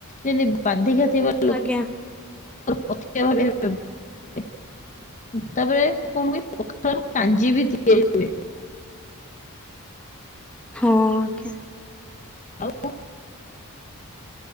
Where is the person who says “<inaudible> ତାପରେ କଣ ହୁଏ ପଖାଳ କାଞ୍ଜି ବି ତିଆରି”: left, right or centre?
Left